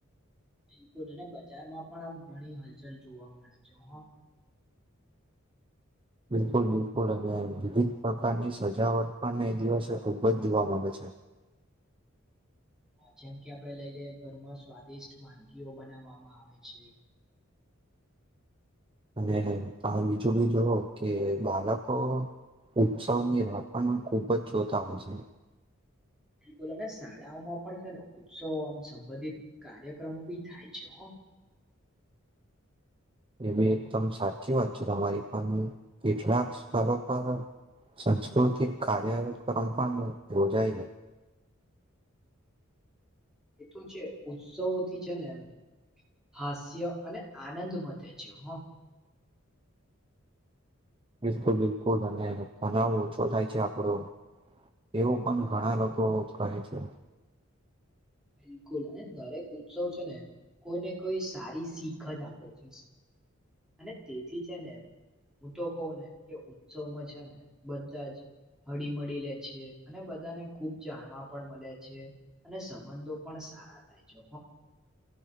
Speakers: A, in the centre; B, on the right.
A: બિલકુલ અને બજારમાં પણ આમ ઘણી હલચલ જોવા મળે છે. હા
B: બિલકુલ બિલકુલ અને વિવિધ પ્રકારની સજાવટ પણ એ દિવસે ખૂબ જ જોવા મળે છે.
A: <unintelligible> <inaudible> જેમ કે આપડે લઈ લઈએ ઘરમાં સ્વાદિષ્ટ વાનગીઓ બનાવવામાં આવે છે. <unintelligible> <inaudible>
B: અને તમે બીજું બી જોઓ કે બાળકો ઉત્સવની રપણમાં ખૂબ જ જોથ હો છે.
A: બિલકુલ અને શાળાઓમાં પણ છે ને ઉત્સવમ સંબંધિત કાર્યક્રમ બી થાય છે. <unintelligible> <inaudible>
B: એ બી એકદમ સાચી વાત છે. તમારી પાસે કેટલાક સ્થળ પર સંસ્કૃતિક કાર્ય પરંપરા યોજાય છે.
A: એ તો છે ઉત્સવોથી છે ને એમ હાસ્ય અને આનંદ વધે છે. હ
B: બિલકુલ બિલકુલ અને તનાવ ઓછો થાય છે. આપડો એવું પણ ઘણા લોકો કહે છે.
A: બિલકુલ અને દરેક ઉત્સવ છે, ને કોઈને કોઈ સારી શીખ જ આપે છે, અને તેથી છે ને હું તો કહું ને કે ઉત્સવમાં છે ને બધા જ હળી મળી લે છે અને બધાને ખુબ જાણવા પણ મળે છે અને સંબંધો પણ સારા થાય છે.